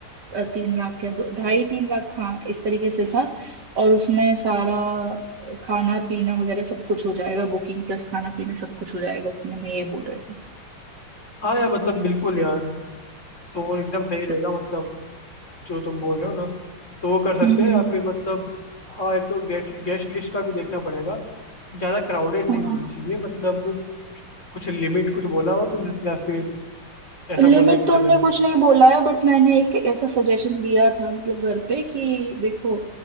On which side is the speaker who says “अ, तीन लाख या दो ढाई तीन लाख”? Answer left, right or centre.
Right